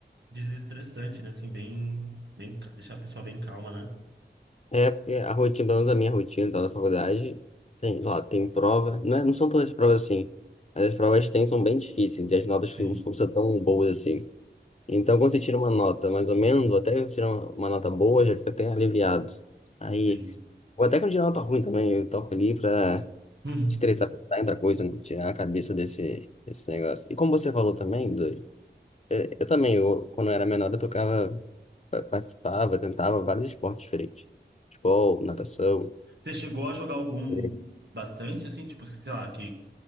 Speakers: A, on the right; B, on the left.
A: desestressante, né, assim, bem, bem, ca- deixar a pessoa bem calma, né?
B: É, porque a rotina, pelo menos a minha rotina tá, da faculdade, tem lá, tem prova, não, é, não são todas as provas assim, mas as provas que tem são bem difíceis e as notas
A: Sim,
B: não são tão boas assim. Então, quando você tira uma nota mais ou menos, ou até quando você tira uma, uma nota boa, já fica até aliviado. Aí,
A: sim.
B: ou até quando tira uma nota ruim também, eu toco ali pra
A: <laughs>
B: estressar, pensar em outra coisa, né? Tirar a cabeça desse, desse negócio. E como você falou também, do, É, Eu também, eu, quando eu era menor, eu tocava, pa- participava, tentava vários esportes diferentes. Futebol, natação.
A: Você chegou a jogar algum
B: É.
A: bastante, assim, tipo, sei lá, que,